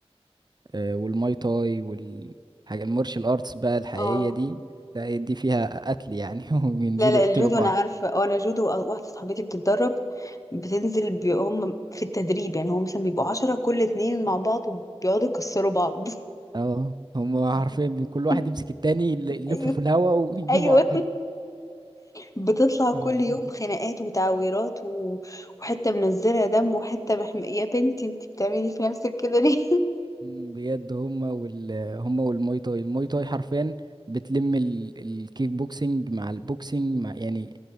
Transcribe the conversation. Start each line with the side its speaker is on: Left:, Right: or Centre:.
Right: آه، والماي تاي والحاجة المارشال ارتس بقى الحقيقية
Left: اه
Right: دي لا دي فيها قتل يعني <laughs> وبينزلوا
Left: لا لا
Right: يقتلوا
Left: الجودو
Right: بعض
Left: انا عارفه اه انا جودو واحده صاحبتي بتتدرب بتنزل بي... هم في التدريب يعني هم مثلا بيبقوا عشرة كل اتنين مع بعض وبيقعدوا يكسروا بعض
Right: اه هم
Left: <laughs>
Right: حرفيا بي- كل واحد يمسك التاني يل- يلفه
Left: ايوه
Right: في الهواء ويجيبه
Left: ايوه
Right: على الارض
Left: بتطلع كل
Right: اه عليهم
Left: يوم خناقات وتعويرات و... وحته منزله دم وحته محم... يا بنتي انت بتعملي في نفسك كده ليه <laughs>
Right: مم، بجد هم وال هم والماي تاي الماي تاي حرفيا بتلم ال... الكيك بوكسينج مع البوكسينج مع يعني